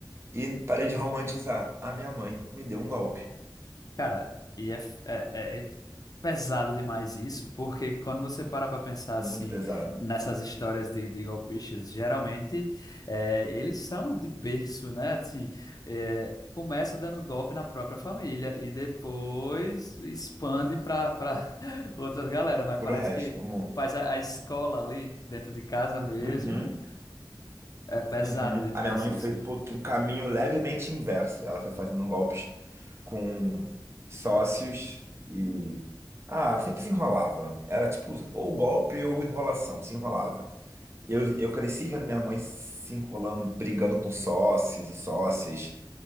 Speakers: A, on the right (about 35°); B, on the left (about 50°).
A: E parei de romantizar. A minha mãe me deu um golpe
B: Cara, e é, f- é, é é pesado demais isso, porque quando você para para pensar
A: muito
B: assim
A: pesado.
B: nessas histórias de, de golpistas, geralmente é, eles são de berço, né? Assim, é, começa dando golpe na própria família e depois expande para para <laughs> outras galera, mas
A: Pro
B: parece
A: resto,
B: que
A: o mundo.
B: faz a, a escola ali dentro de casa mesmo.
A: Uhum,
B: É pesado
A: uhum.
B: demais
A: A minha mãe
B: isso,
A: fez
B: amigo.
A: um pouco, um caminho levemente inverso. Ela foi fazendo golpes com sócios e. Ah, sempre se enrolava. Era tipo, ou golpe ou enrolação, se enrolava. Eu, eu cresci vendo minha mãe se enrolando, brigando com sócios e sócias.